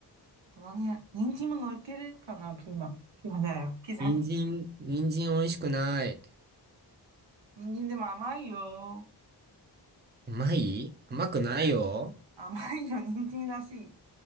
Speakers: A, on the right; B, on the right.
A: あと何や、人参も乗っけれるかな、ピーマン。ピーマンじゃないよ、ピザに。
B: 人参、人参美味しくない。
A: 人参でも甘いよ。
B: うまいうまくないよ。
A: 甘いよ、人参らしい。